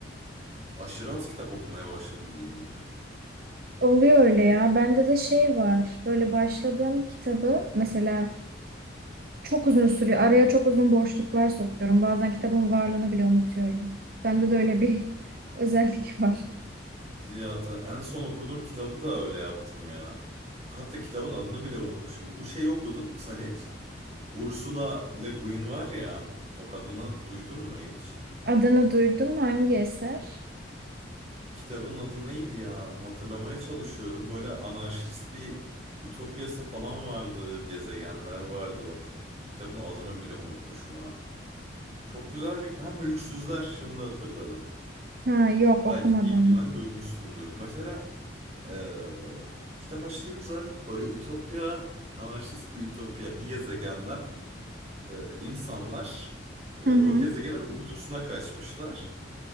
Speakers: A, on the right; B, on the right.
A: Aşırı az kitap okumaya başladım büyüyünce.
B: Oluyor öyle ya. Bende de şey var. Böyle başladığım kitabı mesela çok uzun sürüyor. Araya çok uzun boşluklar sokuyorum. Bazen kitabın varlığını bile unutuyorum. Bende de öyle bir <laughs> özellik var.
A: Ya da en son okuduğum kitabı da öyle yaptım ya. Bak hatta kitabın adını bile unutmuşum. Bu şeyi okudun mu sen hiç? Ursula Le Guin var ya o o kadını duydun mu hiç?
B: Adını duydum. Hangi eser?
A: Kitabın adı neydi ya? Hatırlamaya çalışıyorum. Böyle anarşist bir ütopyası falan vardı. Gezegenler vardı bak. Kitabın adını bile unutmuşum ha. Çok güzel bir... Ha Mülksüzler şimdi hatırladım.
B: Ha, yok okumadım.
A: Belki bir ihtimal duymuşsundur. Mesela eee, kitap aşırı güzel. Böyle ütopya, anarşist bir ütopya. Bir gezegenden eee, insanlar eee,
B: Hı hı.
A: o gezegenin uydusuna kaçmışlar.